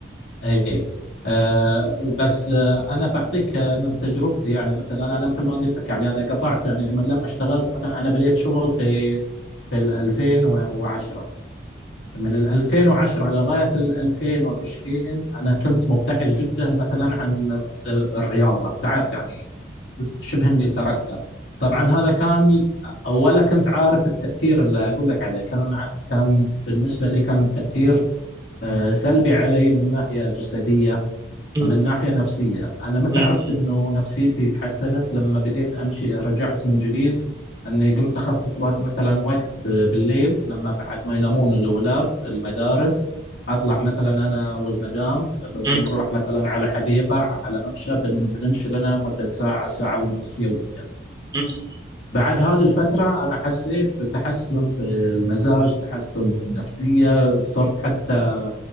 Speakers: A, on the left; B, on the right.
A: اي آه بس آه انا بعطيك آه، من تجربتي يعني مثلا انا أنا مثل ما قلت لك يعني انا قطعت يعني من لما اشتغلت مثلا انا بديت شغل في في ال 2010 من ال 2010 على غاية ال 2020 أنا كنت مبتعد جدا مثلا عن الرياضة ابتعدت يعني شبه إني تركتها طبعا هذا كان ولا كنت عارف التأثير اللي أقول لك عليه كان ع- كان بالنسبة لي كان تأثير آه، سلبي علي من ناحية جسدية
B: م-
A: ومن ناحية نفسية أنا متى
B: م-
A: عرفت إنه نفسيتي تحسنت لما بديت أمشي رجعت من جديد أني قمت أخصص وقت- مثلا وقت بالليل لما بعد ما ينامون الأولاد المدارس أطلع مثلا أنا والمدام ب-
B: م-
A: بنروح مثلا على حديقة على ممشى بن- بنمشي لنا مدة ساعة ساعة ونص يوميا
B: م-
A: بعد هذه الفترة أنا حسيت بتحسن في المزاج تحسن في النفسية صرت حتى